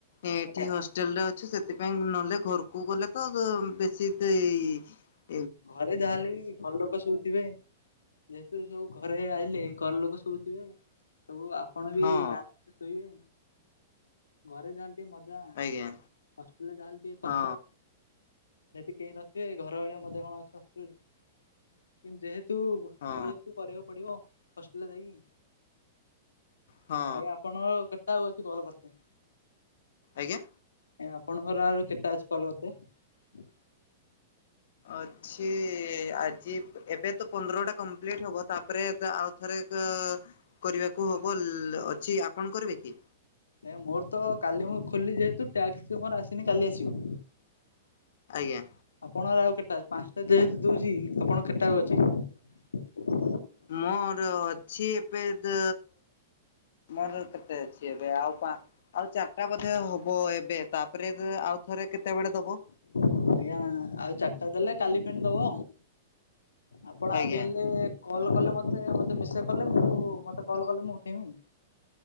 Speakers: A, on the left; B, on the left.
A: ଏଠି
B: ଆଜ୍ଞା
A: ହଷ୍ଟେଲ ରେ ଅଛୁ ସେଥିପାଇଁ ନହେଲେ ଘରକୁ ଗଲେ ତ ବେଶୀ ସେଇ
B: ଘରେ ଯାହା ହେଲେ ବି ଭଲ ଲୋକ ସବୁ ଥିବେ। ଯେହେତୁ ସବୁ ଘରେ ଆସିଲେ ଘର ଲୋକ ସବୁ ଥିବେ। ହଊ ଆପଣ ବି
A: ହଁ
B: ଆରାମ ଶୋଇବେ ଘରେ ଯାହେଲେ ସେ ମଜା ହଷ୍ଟେଲରେ
A: ଆଜ୍ଞା
B: ଯାହା ହେଲେ ଟିକେ
A: ହଁ
B: କଷ୍ଟ। ସେଠି କେହି ନଥିବେ ଘର ଭଳିଆ ମଧ୍ୟେ କଣ ଅଛି କିନ୍ତୁ ଯେହେତୁ ତୁ ବି
A: ହଁ
B: ଏ ସି କରିବାକୁ ପଡିବ ହଷ୍ଟେଲରେ ଯାଇକି।
A: ହଁ
B: ଆଜ୍ଞା ଆପଣ କେତଟା ଆଉ ଅଛି କଲ କରିବା ପାଇଁ?
A: ଆଜ୍ଞା।
B: ଏ ଆପଣଙ୍କର ଆଉ କେତଟା ଅଛି କଲ <unintelligible>
A: ଅଛି ଆଜି ଏବେ ତ ପନ୍ଦରଟା କମ୍ପ୍ଲିଟ ହେବ, ତାପରେ ଆଉଥରେ କରିବାକୁ ହବ ଅଛି କଣ କରିବେ କି?
B: ଏ ମୋର ତ କାଲି ମୁଁ ଖୋଲିିଲି ଯେହେତୁ ଟାସ୍କ ତ ମୋର ଆସିନି କାଲି ଆସିବ।
A: <inaudible> ଆଜ୍ଞା
B: ଆପଣଙ୍କର ଆଉ କେତେ? ପାଞ୍ଚଟା ଯେହେତୁ ଦଉଛି, ଆପଣଙ୍କ କେତଟା ଆଉ ଅଛି?
A: ମୋର ଅଛି ଏବେ ତ ମୋର କେତେ ଅଛି ଏବେ ଆଉ ପାଞ୍ଚ ଆଉ ଚାରିଟା ବୋଧେ ହବ ଏବେ ତାପରେ ଆଉ ଥରେ କେତେବେଳେ ଦବ?
B: ଆଜ୍ଞା ଆଉ ଚାରିଟା ଦେଲେ କାଲି ପୁଣି ଦବ ଆପଣ ଆଉଠି
A: ଆଜ୍ଞା
B: ହେଲେ କଲ୍ କଲେ ମତେ ମୋତେ ମିସେଜ କଲେ ମୁଁ ମତେ କଲ୍ କଲେ ମୁଁ ଉଠେଇବି ଆଉ ।